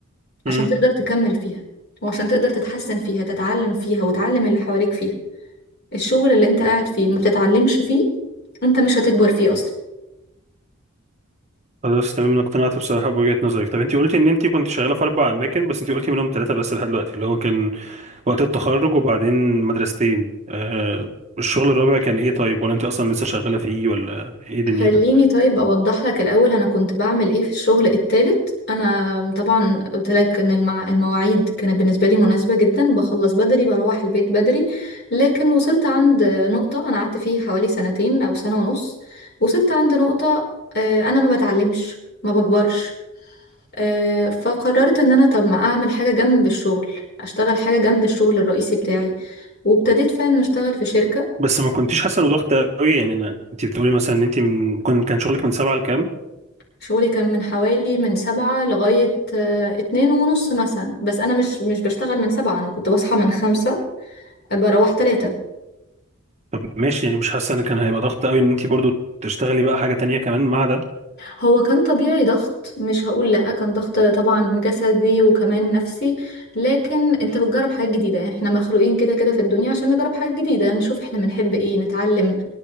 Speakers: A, on the left; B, on the right.
A: عشان
B: امم
A: تقدر تكمل فيها وعشان تقدر تتحسن فيها تتعلم فيها وتعلم اللي حواليك فيها الشغل اللي انت قاعد فيه ما بتتعلمش فيه انت مش هتكبر فيه اصلا
B: خلاص تمام أنا اقتنعت بصراحه بوجهه نظرك طب انت قلتي ان انت كنت شغاله في اربع اماكن بس انت قلتي منهم ثلاثه بس لحد دلوقتي اللي هو كان وقت التخرج وبعدين مدرستين آه الشغل الرابع كان ايه طيب ولا انت اصلا لسه شغاله فيه ولا ايه دنيتك
A: خليني طيب اوضح لك الاول انا كنت بعمل ايه في الشغل التالت انا طبعا قلت لك ان المع... المواعيد كانت بالنسبه لي مناسبه جدا بخلص بدري بروح البيت بدري لكن وصلت عند نقطه انا قعدت فيه حوالي سنتين او سنه ونص وصلت عند نقطه آه، انا ما بتعلمش ما بكبرش آه، فقررت ان انا طب ما اعمل حاجة جنب الشغل اشتغل حاجة جنب الشغل الرئيسي بتاعي وابتديت فعلا اشتغل في شركة
B: بس ما كنتيش حاسه انه ضغط قوي يعني أنا... انت بتقولي مثلا ان انت من... كن... كان شغلك من سبعة لكام
A: شغلي كان من حوالي من سبعة لغاية آه، اتنين ونص مثلا بس انا مش مش بشتغل من سبعة انا كنت بصحى من خمسة بروح تلاتة
B: طب ماشي يعني مش حاسه ان كان هيبقى ضغط قوي ان انت برضو تشتغلي بقى حاجه تانية كمان مع ده
A: هو كان طبيعي ضغط مش هقول لأ كان ضغط طبعا جسدي وكمان نفسي لكن انت بتجرب حاجات جديدة يعني احنا مخلوقين كده كده في الدنيا عشان نجرب حاجات جديدة نشوف احنا بنحب ايه نتعلم